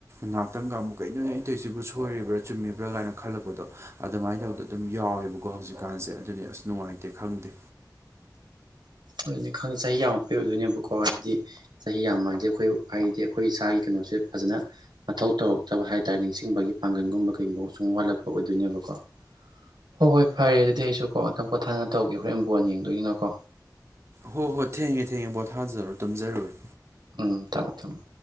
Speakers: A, on the right; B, on the right.
A: ꯉꯍꯥꯛꯇꯪꯒ ꯑꯃꯨꯛ ꯀꯩꯅꯣꯅꯦ ꯑꯩꯇꯣꯏꯁꯤꯕꯨ ꯁꯣꯏꯔꯤꯕ꯭ꯔꯥ ꯆꯨꯝꯃꯤꯕ꯭ꯔꯥ ꯀꯥꯏꯅ ꯈꯜꯂꯛꯄꯗꯣ ꯑꯗꯨꯃꯥꯏꯅ ꯇꯧꯗ ꯑꯗꯨꯝ ꯌꯥꯎꯋꯦꯕꯀꯣ ꯍꯧꯖꯤꯛꯀꯥꯟꯁꯦ ꯑꯗꯨꯅꯤ ꯑꯁ ꯅꯨꯡꯉꯥꯏꯇꯦ ꯈꯪꯗꯦ
B: ꯑꯗꯨꯅꯤ ꯈꯪꯉꯦ ꯆꯍꯤ ꯌꯥꯝꯃ ꯄꯤꯔꯗꯣꯏꯅꯦꯕꯀꯣ ꯍꯥꯏꯗꯤ ꯆꯍꯤ ꯌꯥꯝꯃꯗꯤ ꯑꯩꯈꯣꯏ ꯍꯥꯏꯗꯤ ꯑꯩꯈꯣꯏ ꯏꯁꯥꯒꯤ ꯀꯩꯅꯣꯁꯦ ꯐꯖꯅ ꯃꯊꯧ ꯇꯧꯔꯛꯇꯕ ꯍꯥꯏꯇꯥꯔꯦ ꯅꯤꯡꯁꯤꯡꯕꯒꯤ ꯄꯥꯡꯒꯜꯒꯨꯝꯕ ꯀꯩꯒꯨꯝꯕ ꯁꯨꯝ ꯋꯥꯠꯂꯛꯄ ꯑꯣꯏꯗꯣꯏꯅꯦꯕꯀꯣ ꯍꯣꯏ ꯍꯣꯏ ꯐꯔꯦ ꯑꯗꯨꯗꯤ ꯑꯩꯁꯨꯀꯣ ꯅꯇꯛ ꯄꯣꯊꯥꯅ ꯇꯧꯒꯦ ꯍꯣꯔꯦꯟ ꯕꯣꯟ ꯌꯦꯡꯗꯣꯏꯅꯤꯅꯀꯣ
A: ꯍꯣꯏ ꯍꯣꯏ ꯊꯦꯡꯉꯦ ꯊꯦꯡꯉꯦ ꯄꫭꯠ ꯊꯥꯖꯔꯣ ꯇꯨꯝꯖꯔꯨꯔꫭ
B: ꯎꯝ ꯊꯝꯃꯃꫭ ꯊꯝꯃꫭ